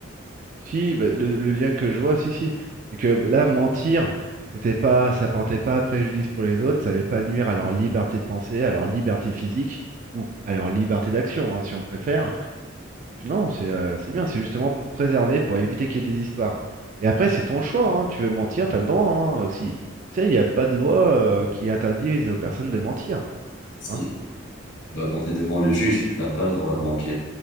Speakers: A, on the right (about 40°); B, on the left (about 65°).
A: Si, bah, le, le lien que je vois, si, si, c'est que là, mentir, c'était pas, ça portait pas préjudice pour les autres, ça allait pas nuire à leur liberté de penser, à leur liberté physique, ou à leur liberté d'action, hein, si on préfère. Donc non, c'est euh, c'est bien, c'est justement pour préserver, pour éviter qu'il y ait des histoires. Et après, c'est ton choix, hein. Tu veux mentir, t'as le droit, hein, aussi. Tu sais, il n'y a pas de loi euh, qui interdise aux personnes de mentir,
B: Si,
A: hein.
B: bah, quand tu es devant le juge, tu n'as pas le droit de mentir.